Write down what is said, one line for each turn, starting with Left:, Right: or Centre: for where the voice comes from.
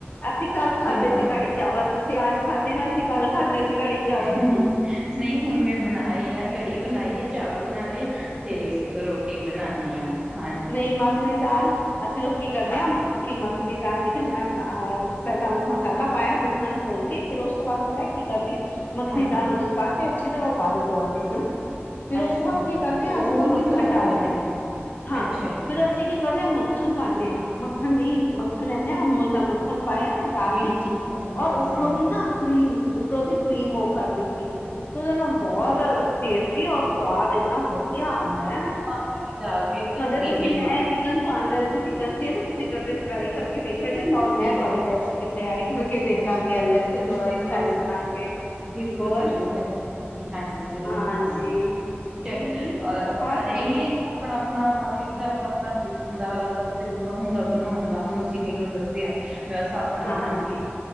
Left: ਅਸੀਂ ਕੱਲ੍ਹ ਖਾਧੇ
Right: ਤੇ ਨਾਲ
Left: ਸੀ ਕੜੀ ਚਾਵਲ ਤੁਸੀਂ ਅੱਜ ਖਾਧੇ ਨੇ ਅਸੀਂ ਕੱਲ ਖਾਧੇ ਸੀ ਕੜੀ ਚਾਵਲ
Right: ਨਹੀਂ ਹੁਣ ਮੈਂ ਬਣਾਏ ਆ ਕੜੀ ਬਣਾਈ ਐ, ਚਾਵਲ ਬਣਾ ਲਏ ਐ। ਤੇ ਰੋਟੀ ਬਣਾਣੀ ਆ। ਹਾਂਜੀ
Left: ਨਈ ਮੱਖਣੀ ਦਾਲ। ਅ ਚ ਕੀ ਕਰਦੇ ਐ ਕੀਮਤ ਨੀ ਦਾਲ ਚਿਕਨ, ਮੈਂ ਪਹਿਲਾਂ ਉਹ ਮਸਾਲਾ ਪਾਇਆ ਦੁੱਧ ਨਾਲ ਖੋਲ ਕੇ। ਫਿਰ ਉਸ ਤੋਂ ਬਾਅਦ ਪਤਾ ਕੀ ਕਰਦੀ ਐ, ਮੱਖਣੀ
Right: ਹਾਂਜੀ
Left: ਦਾਲ ਉਹਦੇ ਚ ਪਾ ਕੇ ਅੱਛੀ ਤਰ੍ਹਾਂ ਉਬਾਲੇ ਦੁਬਾਲੇ ਹਨਾ। ਫੇਰ
Right: ਅੱਛਾ
Left: ਉਸ ਤੋਂ ਬਾਅਦ
Right: ਜੀ
Left: ਕੀ ਕਰਦੇ
Right: ਉਹ
Left: ਆ, ਅਸੀ
Right: ਹੋਰ
Left: ਨਾ ਮੱਖਣ
Right: ਵੀ ਸੋਫਟ
Left: ਡਾਲਦੇ
Right: ਹੋ ਜਾਂਦੀ
Left: ਆ ਹਾਂ
Right: ਅੱਛਾ ਜੀ
Left: ਫਿਰ। ਅਸੀਂ ਕੀ ਕਰਦੇ ਆ ਮੱਖਣ ਪਾਨੇ ਆ, ਮੱਖਣ ਦੀ ਮੱਖਣ ਲੈਂਦੇ ਆ ਅਮੂਲ ਦਾ ਮੱਖਣ ਪਾਇਆ। ਦਾਲ
Right: ਬਿਲ
Left: ਵਿੱਚ,
Right: ਹਾਂਜੀ ਹਾਂਜੀ
Left: ਔਰ ਉਪਰੋਂ
Right: ਹਾਂਜੀ
Left: ਦੀ ਨਾ ਕੀਮ ਉਪਰੋਂ ਦੀ ਕ੍ਰੀਮ ਉਹ ਕਰ। ਉਹਦੇ ਨਾਲ ਬਹੁਤ ਟੇਸਟੀ ਔਰ ਸਵਾਦ, ਇੰਨਾ ਵਧੀਆ ਆਦਾ ਐ।
Right: ਕੜੀ ਦਾਲ ਵੀ। ਇਕਦਮ
Left: ਕਦੇ
Right: ਕਰੀਮੀ
Left: ਤੁਸੀਂ ਮੈਂ
Right: ਬਣ
Left: ਚਿਕਨ ਤੁਹਾਨੂੰ ਰੈਸਪੀ ਦੱਸੀ ਨਾ, ਤੁਸੀਂ ਕਦੇ ਟਰਾਈ ਕਰਕੇ। ਦੇਖਿਆ, ਜੇ ਔਰ
Right: ਜਾਣੀ
Left: ਮੈਂ ਤੁਹਾਡੀ
Right: ਜੀ
Left: ਰੈਸਪੀ ਤਿਆਰ ਕਰਕੇ ਦੇਖਾਂਗੀ ਅਲੱਗ। ਸੇ ਥੋੜਾ
Right: ਜ਼ਰੂਰ-ਜ਼ਰੂਰ-ਜ਼ਰੂਰ,
Left: ਸਟਾਈਲ ਬਣਾ ਕੇ ਹੋਰ
Right: ਮੈਂ ਹਾਂ ਹਾਂਜੀ ਜ਼ਰੂਰ
Left: ਹਾਂਜੀ
Right: ਬਣਾਓ।
Left: ਕਿਉਂਕਿ
Right: ਚ ਅ
Left: ਬਹੁਤ
Right: ਇਹੀ ਐ ਕਿ ਆਪਣਾ-ਆਪਣਾ ਹਰ ਇੱਕ ਇਹਦਾ ਆਪਣਾ-ਆਪਣਾ ਟੇਸਟ ਹੁੰਦਾ ਅਲੱਗ-ਅਲੱਗ ਤਰੀਕਾ ਹੁੰਦਾ ਬਣਾਣ ਦਾ ਹੁਣ ਤੁਸੀਂ ਮੈਨੂੰ ਦੱਸਿਆ। ਮੈਂ ਉਸ ਹਿਸਾਬ ਨਾਲ
Left: ਹਾਂਜੀ
Right: ਬਣਾਉਂਗੀ।